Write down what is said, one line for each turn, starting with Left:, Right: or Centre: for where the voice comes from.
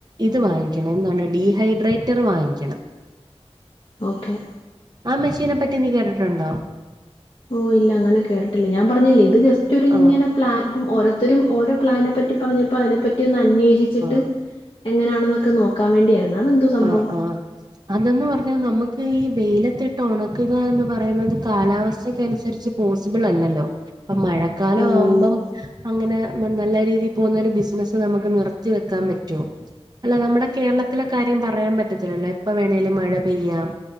Right: ഇത് വാങ്ങിക്കണം എന്താണ് ഡീഹൈഡ്രേറ്റർ വാങ്ങിക്കണം.
Left: ഓക്കെ.
Right: ആ മെഷീനെ പറ്റി നീ കേട്ടിട്ടുണ്ടോ?
Left: ഓഹ് ഇല്ല, അങ്ങനെ കേട്ടിട്ടില്ല. പറ്ഞ്ഞില്ലേ ഇത് ജസ്റ്റ് ഒരു ഇങ്ങനെ
Right: ആഹ്
Left: പ്ലാൻ ഇപ്പം ഓരോത്തരും ഓരോ പ്ലാനെ പ റ്റി പറഞ്ഞപ്പോ അതിനെപ്പറ്റി ഒന്ന് അന്വേഷിച്ചിട്ട്
Right: ആഹ്
Left: എങ്ങനെയാണെന്നൊക്കെ നോക്കാൻ വേണ്ടിയായിരുന്നു. അതെന്തോ സംഭവം?
Right: ആഹ് ആഹ് അതെന്ന് പറഞ്ഞാ നമുക്ക് ഈ വെയിലത്തിട്ട് ഒണക്കുക എന്ന് പറയുന്നത് കാലാവസ്ഥക്കനുസരിച്ച് പോസിബിളല്ലല്ലോ അപ്പം മഴക്കാലാവുമ്പം
Left: ഓ
Right: അങ്ങനെ. മം നല്ല രീതിയിൽ പോകുന്ന ഒരു ബിസിനസ് നമുക്ക് നിർത്തി വെക്കാൻ പറ്റോ അല്ല നമ്മുടെ കേരളത്തിലെ കാര്യം പറയാൻ പറ്റത്തില്ലല്ലോ എപ്പ വേണേലും മഴ പെയ്യാം.